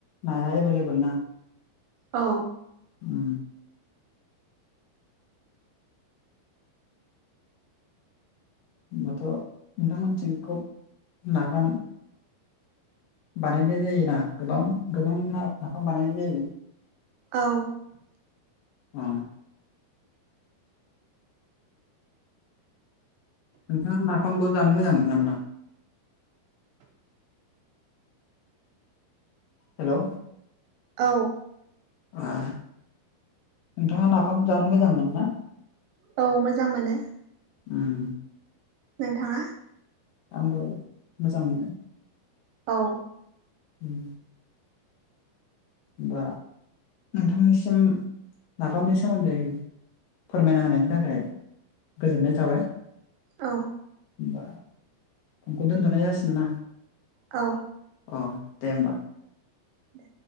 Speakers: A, on the left; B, on the right.
A: नाया एभलेबोल ना?
B: औ
A: उम होमबाथ' नोंथां मोनिथिं खोब नाफाम बानायनाय जायोना गोबां गोबां ना नाफाम बानायनाय जायो
B: औ
A: अ नोंथाङा नाफामखौ जानो मोजां मोनगोना मोना? हेलौ
B: औ
A: ओ नोंथाङा नाफाम जानो मोजांमोनो ना?
B: औ मोजां मोनो।
A: उम
B: नोंथाङा?
A: आंबो मोजां मोनो
B: औ
A: उम होमबा नोंथांनिसिम नाफामनि सोमोन्दै फोरमायना होनायनि थाखाय गोजोन्नाय थाबाय।
B: औ
A: होमबा फनखौ दोनथ'नाय जासिनो ना।
B: औ
A: अ दे होमबा।
B: दे